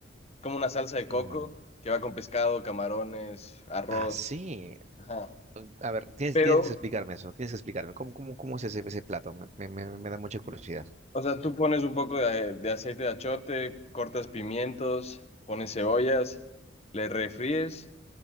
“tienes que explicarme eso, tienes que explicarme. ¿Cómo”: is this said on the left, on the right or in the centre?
Right